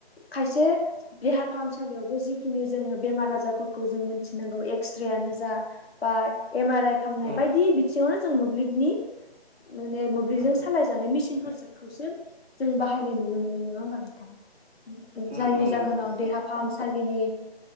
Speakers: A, on the left; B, on the right.
A: खायसे देहा फाहामसालियावबो जिखिनि जोङो बेमार आजारफोरखौ जों मिथिनांगौ एक्स्रेयानो जा बा एम आर आइ खालामनाय
B: उम
A: बायदि बिथिङावनो जों मोब्लिबनि माने मोब्लिबजों
B: उम
A: सालाय जानाय मिसिनफोरजोबखौसो जों बाहायनाय नुनो मोनो नङा होमबा नोंथां
B: उम
A: जायनि
B: नंगौ
A: जाहोनाव
B: नंगौ उम
A: देहा। फाहामसालिनि